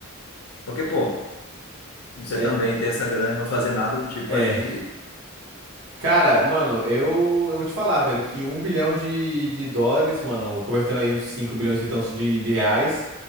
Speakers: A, on the left; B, on the right.
A: Porque, pô, você
B: É,
A: também ter essa grana e não fazer nada do tipo
B: é.
A: aí.
B: Cara, mano, eu, eu vou te falar, velho, que um bilhão de, de dólares, mano, convertendo aí uns 5 bilhões e tantos de, de reais,